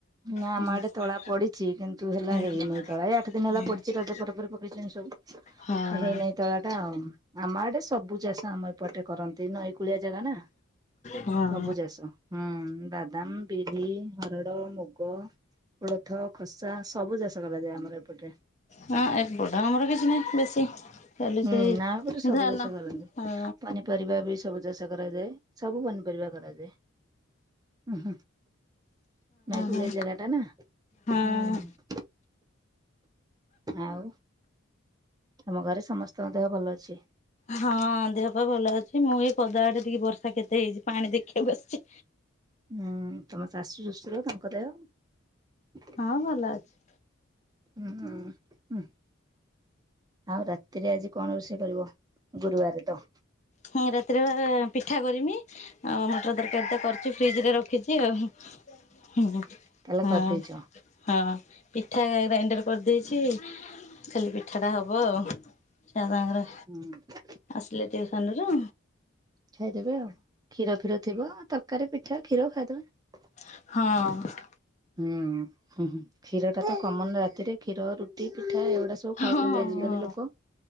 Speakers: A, on the right; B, on the left.
A: ନା
B: ହୁଁ
A: ଆମ ଆଡେ ତଳା ପଡିଛି କିନ୍ତୁ ହେଲା ହେଇନି
B: ହୁଁ।
A: ତଳା ଆଠ ଦିନ
B: ହଁ
A: ହେଲା ପଡିଛି ରଜ ପରେ ପରେ ପକେଇଛନ୍ତି ସବୁ
B: ହଁ
A: ହେଇନାଇଁ ତଳାଟା ଆଉ ଆମ ଆଡେ ସବୁ ଚାଷ ଆମ ଏପଟେ କରନ୍ତି ନଈ କୂଳିଆ ଜାଗା ନା
B: ହଁ
A: ସବୁ ଚାଷ ହୁଁ, ବାଦାମ, ବିରି, ହରଡ଼, ମୁ ଗ କୋଳଥ, ଖସା, ସବୁ ଚାଷ କରାଯାଏ ଆମର ଏପଟେ।
B: ହଁ ଏପଟେ ଆମର କିଛି ନାହିଁ ବେଶୀ। ଖାଲି
A: ହୁଁ
B: ସେଇ
A: ନାପରେ ସବୁ
B: ଧାନ
A: ଚାଷ କରନ୍ତି
B: ହଁ
A: ପନି
B: ହଁ
A: ପନିପରିବା ବି ସବୁ ଚାଷ କରାଯାଏ ସବୁ ପନିପରିବା କରାଯାଏ ଉ ହୁଁ। ନଇକୁଳିଆ
B: ହଁ
A: ଜାଗାଟା ନା
B: ହଁ
A: ହୁଁ। ଆଉ। ଆମ ଘରେ ସମସ୍ତଙ୍କ ଦେହ ଭଲ ଅଛି।
B: ହଁ ଦେହପା ଭଲ ଅଛି ମୁଁ ଏଇ ପଦା ଆଡେ ଟିକେ ବର୍ଷା କେତେ ହେଇଛି ପାଣି ଦେଖିବାକୁ ଆସିଚି।
A: ହୁଁ ତମ ଶାଶୁ ଶ୍ୱଶୁର ତାଙ୍କ ଦେହ?
B: ହଁ ଭଲ ଅଛି।
A: ହୁଁ ଉହୁଁ। ଆଉ ରାତିରେ ଆଜି କଣ ରୋଷେଇ କରିବ ଗୁରୁବାରେ ତ?
B: ହଁ ରାତିରେ ପା ପିଠା କରିମି। ଆଉ ମଟର ତରକାରୀ ତ କରୁଛି ଫ୍ରିଜରେ ରଖିଛି ଆଉ। ହୁଁ
A: ତାହେଲେ
B: ହଁ।
A: କରିଦେଇଛ
B: ହଁ ପିଠା ଗ୍ରାଇଣ୍ଡର କରିଦେଇଛି। ଖାଲି ପିଠାଟା ହବ ଆଉ ତା ସାଙ୍ଗରେ
A: ହୁଁ।
B: ଆସିଲେ ଟିଉସନରୁ?
A: ଖାଇଦେବେ ଆଉ କ୍ଷୀର ଫିର ଥିବ ତରକାରୀ ପିଠା କ୍ଷୀର ଖାଇଦେବେ।
B: ହଁ।
A: ହୁଁ ହୁଁ ହୁଁ କ୍ଷୀରଟା ତ କମନ ରାତିରେ କ୍ଷୀର ରୁଟି ପିଠା ଏଗୁଡା ସ ସବୁ ଖାଉଛନ୍ତି
B: ହଁ
A: ଆଜିକାଲି
B: ହଁ
A: ଲୋକ